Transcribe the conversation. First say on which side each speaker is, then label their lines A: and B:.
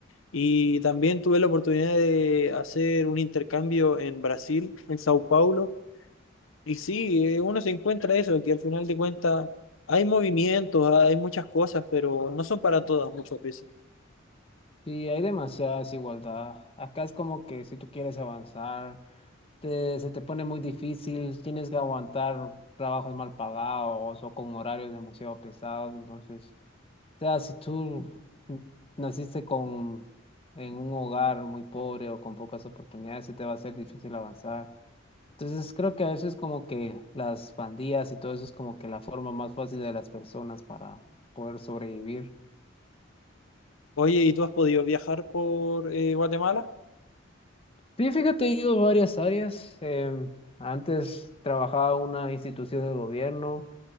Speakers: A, on the left (about 80°); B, on the left (about 30°).
A: y también tuve la oportunidad de hacer un intercambio en Brasil, en Sao Paulo, y sí, eh, uno se encuentra eso, que al final de cuentas hay movimientos, hay muchas cosas, pero no son para todas muchas veces.
B: Sí, hay demasiada desigualdad. Acá es como que si tú quieres avanzar te- se te pone muy difícil, tienes que aguantar trabajos mal pagados o con horarios demasiado pesados, entonces, o sea, si tú naciste con, en un hogar muy pobre o con pocas oportunidades, se te va a hacer difícil avanzar. Entonces, creo que a veces como que las pandillas y todo eso es como que la forma más fácil de las personas para poder sobrevivir.
A: Oye, ¿y tú has podido viajar por eh, Guatemala?
B: Sí, fíjate, he ido a varias áreas. em, antes trabajaba en una institución del gobierno.